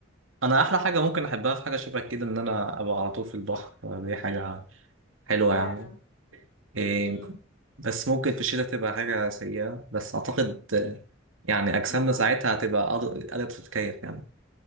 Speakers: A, on the right; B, on the left.
A: انا احلى حاجة ممكن احبها في حاجة شبه كده ان انا ابقى على طول في البحر فدي حاجة حلوة
B: فعلا
A: يعني إيه
B: امم
A: بس ممكن في الشتاء تبقى حاجة سيئة بس أعتقد آه، يعني أجسامنا
B: لا
A: ساعتها هتبقى قادرة قادرة تتكيف يعني